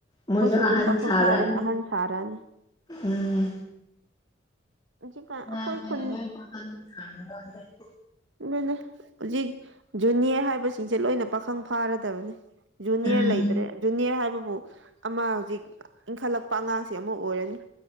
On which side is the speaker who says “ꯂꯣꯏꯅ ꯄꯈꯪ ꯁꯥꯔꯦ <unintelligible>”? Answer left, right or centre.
Left